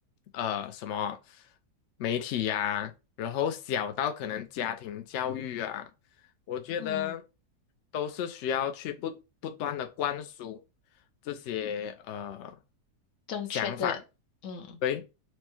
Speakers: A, on the left; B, on the left.
A: 呃什么媒体呀、然后小到可能家庭教育啊。我觉得
B: 嗯，
A: 都是需要去不不断的灌输这些呃
B: 正确的，
A: 想法，
B: 嗯，
A: 对，